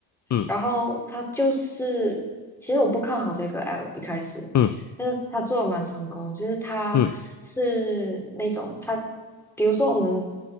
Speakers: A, on the left; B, in the centre.
A: 嗯
B: 然后它就是，其实我不看好这个 app 一开始，
A: 嗯
B: 但是它做的蛮成功，就是它是那种它，
A: 嗯
B: 比如说我们